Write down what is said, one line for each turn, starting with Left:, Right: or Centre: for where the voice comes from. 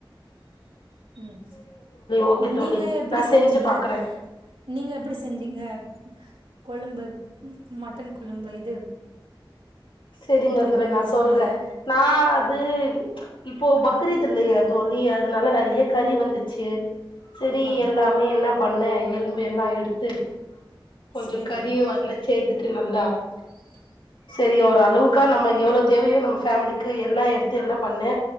Right: ம்
Left: ஓகே தோழி
Right: நீங்க எப்டி
Left: நா செஞ்சு
Right: செஞ்சீங்க
Left: பாக்குறே
Right: நீங்க எப்டி செஞ்சீங்க கொளும்பு மட்டன் கொளும்பு இது
Left: செரிங்க
Right: எப்டி
Left: தோழி
Right: கொஞ்சோ
Left: நா சொல்றன்
Right: சொல்லுங்க
Left: நா அது இப் போ பக்ரீத் இல்லையே தோழி அதுனால நறியா கறி வந்துச்சு செரி
Right: ஆ
Left: எல்லாமே என்ன பண்ணன் எலும்பு எல்லாம் எடுத்து கொஞ்சம்
Right: செரி
Left: கறியும் அதுல சேத் <unintelligible>
Right: <inaudible>
Left: சி ஒரு அளவுக்கா நம்ம எவ்ளோ தேவையோ நம்ம பேம்லிக்கு எல்லா த்து என்ன பண்ணே